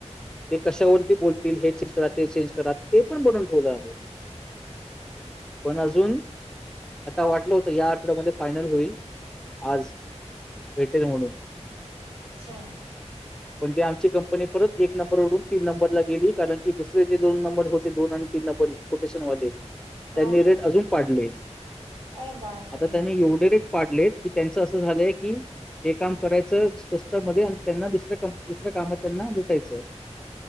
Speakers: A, in the centre; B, on the right.
A: ते कशावरती बोलतील हे चेंज करा ते चेंज करा ते पण बनून ठेवलं आम्ही. पण अजून आता वाटलं होतं या आठवड्यामध्ये फायनल होईल आज भेटेल म्हणून
B: अच्छा
A: पण ते आमची कंपनी परत एक नंबर वरून तीन नंबरला गेली कारण की दुसर जे दोन नंबर होते दोन आणि तीन नंबर कोटेशनवाले
B: हा
A: त्यांनी
B: हा
A: रेट अजून पाडले
B: अरे बापरे
A: आता त्यांनी एवढे रेट पाडलेत की त्यांच अस झालंय की हे काम करायचं स्वस्त मध्ये आणि त्यांना डिस - दुसऱ्या कामात त्यांना लुटायचंय